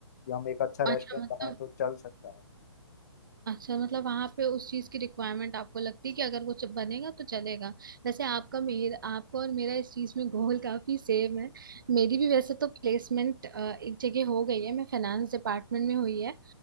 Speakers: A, on the left (about 35°); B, on the right (about 45°).
A: कि हम एक अच्छा
B: अच्छा
A: रेस्टोरेंट
B: मतलब
A: बनाए तो चल सकता है
B: अच्छा मतलब वहां पे उस चीज की रिक्वायरमेंट आपको लगती है कि अगर कुछ बनेगा तो चलेगा वैसे आपका मेर आपका और मेरा इस चीज में गोल काफी सेम है मेरी भी वैसे तो प्लेसमेंट एक जगह हो गई है मैं फाइनेंस डिपार्टमेंट में हुई है